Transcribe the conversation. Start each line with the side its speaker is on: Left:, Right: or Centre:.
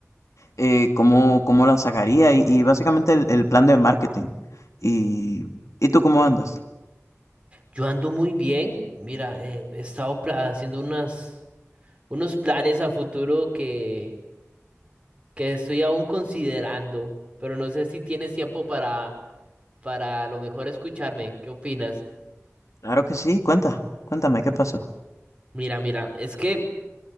Left: eh, cómo, cómo la sacaría y, y básicamente el, el plan de marketing. Y, ¿y tú cómo andas?
Right: Yo ando muy bien. Mira, eh, he estado pla- haciendo unas, unos planes a futuro que, que estoy aún considerando, pero no sé si tienes tiempo para, para a lo mejor escucharme. ¿Qué opinas?
Left: Claro que sí. Cuenta, cuéntame, ¿qué pasó?
Right: Mira, mira, es que